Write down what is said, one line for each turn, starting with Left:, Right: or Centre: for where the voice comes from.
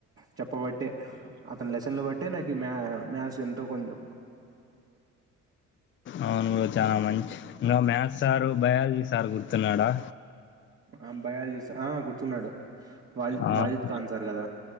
Right: చెప్పబట్టె అతని లెసన్లు బట్టె నాక్ మ్యా మ్యాథ్స్ ఎంతో కొంచెం
Left: అవును చానా మంచి ఇంకా మ్యాథ్స్ సారు బయాలజీ సార్ గుర్తున్నాడా
Right: ఆ బయాలజీస్ ఆ గుర్తున్నాడు వాజిద్
Left: ఆవును
Right: వాజిద్ ఖాన్ సార్ కదా